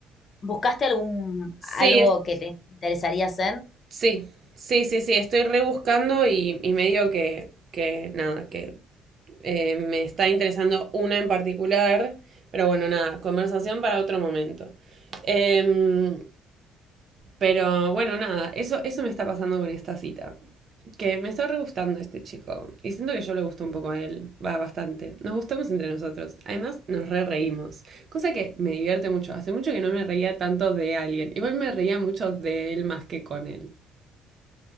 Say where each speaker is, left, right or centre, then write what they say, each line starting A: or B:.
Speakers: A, on the left; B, on the right.
A: ¿Buscaste algún
B: Sí,
A: algo
B: es-
A: que te interesaría hacer?
B: sí, sí, sí, sí. Estoy rebuscando y, y medio que, que nada, que eh, me está interesando una en particular. Pero bueno, nada, conversación para otro momento. Em, pero bueno, nada, eso, eso me está pasando con esta cita. que me está re gustando este chico. Y siento que yo le gusto un poco a él. Va bastante. Nos gustamos entre nosotros. Además, nos re reímos. Cosa que me divierte mucho. Hace mucho que no me reía tanto de alguien. Igual me reía mucho de él más que con él.